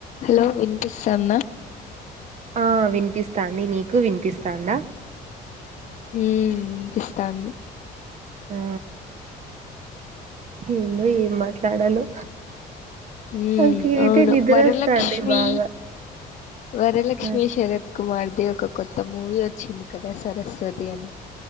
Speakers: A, on the left; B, on the right.
A: Hello వినిపిస్తందా
B: ఆ వినిపిస్తాంది నీకు వినిపిస్తాందా
A: ఉమ్ ఇప్పిస్తాంది
B: ఆ ఏందో ఏం మాట్లాడాలో
A: ఉమ్
B: నాకైతే
A: అవును
B: నిద్రొస్తాంది
A: వరలక్ష్మి
B: బాగా.
A: వరలక్ష్మి
B: ఆ!
A: శరత్ కుమార్ అదే ఒక కొత్త మూవీ వచ్చింది కదా సరస్వతి అని